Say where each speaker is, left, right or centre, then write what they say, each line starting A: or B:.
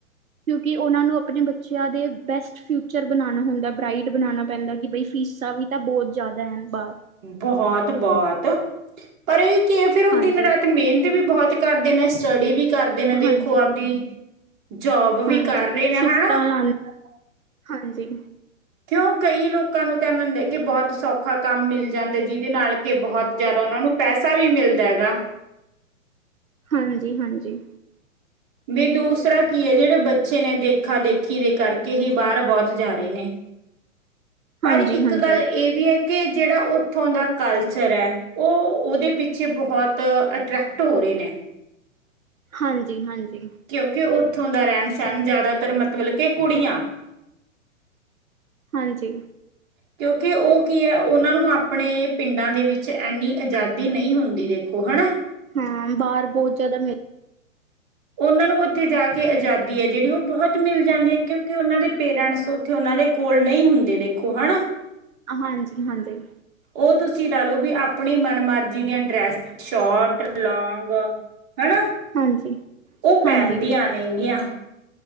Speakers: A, on the right; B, on the right.
A: ਕਿਉਂਕਿ ਓਨਾਂ ਨੂੰ ਅਪਨੇ ਬੱਚੇਆਂ ਦੇ ਬੈਸਟ ਫਿਊਚਰ ਬਨਾਨਾ ਹੁੰਦੈ, ਬ੍ਰਾਈਟ ਬਨਾਨਾ ਪੈਂਦੈ ਕਿ ਬਈ ਫੀਸਾਂ ਵੀ ਤਾਂ ਬੋਤ ਜਾਦਾ ਹੈਨ ਬਾਰ।
B: ਬਹੋਤ-ਬੋਤ, ਪਰ ਏ ਕੀ ਐ ਫਿਰ ਓ
A: ਹਾਂਜੀ
B: ਦਿਨ-ਰਾਤ ਮੇਨਤ ਵੀ ਬਹੋਤ ਕਰਦੇ ਨੇਂ, ਸਟੱਡੀ ਵੀ ਕਰਦੇ ਨੇਂ
A: ਹਾਂਜੀ
B: ਦੇਖੋ ਆਪਦੀ, ਜੋਬ ਵੀ
A: ਹਾਂਜੀ
B: ਕਾਰ ਰੇ ਨੇਂ
A: ਸ਼ਿਫਟਾਂ
B: ਹਣਾਂ।
A: ਲਾਉਣ ਹਾਂਜੀ।
B: ਕੇਓਂ ਕਈ ਲੋਕਾਂ ਨੂੰ ਤਾਂ ਐਮੇਂ ਹੁੰਦੈ ਕੇ ਬੋਤ ਸੌਖਾ ਕੰਮ ਮਿਲ ਜਾਂਦੈ ਜਿਦੇ ਨਾਲ਼ ਕੇ ਬਹੋਤ ਜਾਦਾ ਓਨਾ ਨੂੰ ਪੈਸਾ ਵੀ ਮਿਲਦਾ ਹੈਗਾ।
A: ਹਾਂਜੀ-ਹਾਂਜੀ।
B: ਬੀ ਦੂਸਰਾ ਕੀ ਏ ਜੇੜੇ ਬੱਚੇ ਨੇਂ ਦੇਖਾ-ਦੇਖੀ ਦੇ ਕਰਕੇ ਹੀ ਬਾਰ ਬੋਤ ਜਾ ਰੇ ਨੇਂ। ਪਰ
A: ਹਾਂਜੀ
B: ਇੱਕ
A: ਹਾਂਜੀ
B: ਗੱਲ ਏ ਵੀ ਐ ਕੇ ਜੇੜਾ ਓਥੋਂ ਦਾ ਕਾਲਚਰ ਐ ਓ ਓਦੇ ਪਿੱਛੇ ਬਹੋਤ, ਅਟ੍ਰੈਕਟ ਹੋ ਰੇ ਨੇ।
A: ਹਾਂਜੀ-ਹਾਂਜੀ।
B: ਕੇਓਂ ਕੇ ਓਥੋਂ ਦਾ ਰੈਨ-ਸੈਨ ਜਾਦਾਤਰ ਮਤਲਬ ਕੇ ਕੁੜੀਆਂ
A: ਹਾਂਜੀ।
B: ਕੇਓਂ ਕਿ ਓ ਕੀ ਐ ਓਨਾਂ ਨੂੰ ਆਪਣੇ, ਪਿੰਡਾਂ ਦੇ ਵਿੱਚ ਐੰਨੀ ਅਜਾਦੀ ਨੲਈ ਹੁੰਦੀ ਦੇਖੋ ਹਣਾ।
A: ਹਾਂ, ਬਾਰ ਬੋਤ ਜਾਦਾ ਮੈ
B: ਓਨਾਂ ਨੂੰ ਓਥੇ ਜਾ ਕੇ ਅਜਾਦੀ ਐ ਜੇੜੀ ਓ ਬੋਹਤ ਮਿਲ ਜਾਂਦੀ ਐ ਕੇਓਂ ਕੇ ਓਨਾਂ ਦੇ ਪੇਰੇਂੜਸ ਓਥੇ ਓਨਾਂ ਦੇ ਕੋਲ ਨਈ ਹੁੰਦੇ ਦੇਖੋ ਹਣਾ।
A: ਹਾਂਜੀ-ਹਾਂਜੀ।
B: ਓ ਤੁਸੀ ਲਾ ਲੋ ਬੀ ਆਪਣੀ ਮਨ ਮਰਜੀ ਦੀਆ ਡ੍ਰੈਸ, ਸ਼ੋਟ, ਲੌਂਗ ਹਣਾ,
A: ਹਾਂਜੀ
B: ਓ ਪੈਨਦੀਆ
A: ਹਾਂਜੀ
B: ਨੇਂਗੀਆਂ।